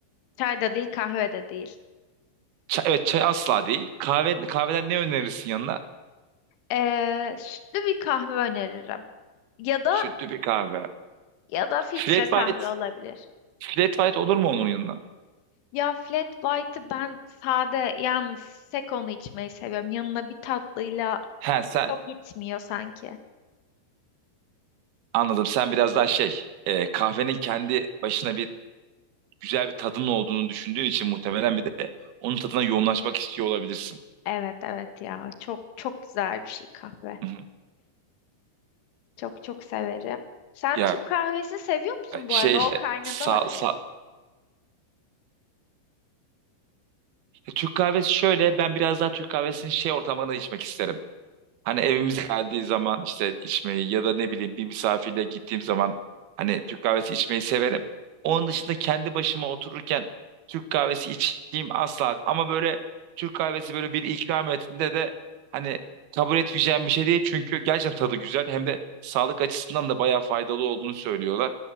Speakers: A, on the left; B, on the right.
A: Çay da değil kahve de değil.
B: Çay, evet çay asla değil. Kahve, kahveden ne önerirsin yanına?
A: Ee, sütlü bir kahve öneririm. Ya da
B: Sütlü bir kahve.
A: ya da filtre
B: Flat
A: kahve
B: white,
A: olabilir.
B: flat white olur mu onun yanına?
A: Ya flat white'ı ben sade yalnız sek onu içmeyi seviyorum. Yanına bir tatlıyla
B: He sen,
A: çok gitmiyor sanki.
B: Anladım. Sen biraz daha şey, e, kahvenin kendi başına bir güzel bir tadının olduğunu düşündüğün için muhtemelen bir de onun tadına yoğunlaşmak istiyor olabilirsin.
A: Evet evet ya çok çok güzel bir şey kahve.
B: Hı hı.
A: Çok çok severim. Sen
B: Ya
A: Türk kahvesi seviyor musun bu
B: şey,
A: arada?
B: işte,
A: O kaynadı
B: sa,
A: araya.
B: sa- Türk kahvesi şöyle, ben biraz daha Türk kahvesini şey ortamında içmek isterim. Hani evimize geldiği zaman işte içmeyi ya da ne bileyim bir misafirle gittiğim zaman hani Türk kahvesi içmeyi severim. Onun
A: Hı hı.
B: dışında kendi başıma otururken Türk kahvesi içtiğim asla. Ama böyle Türk kahvesi böyle bir ikram ettiğinde de hani kabul etmeyeceğim bir şey değil. Çünkü gerçekten tadı güzel. Hem de sağlık açısından da bayağı faydalı olduğunu söylüyorlar.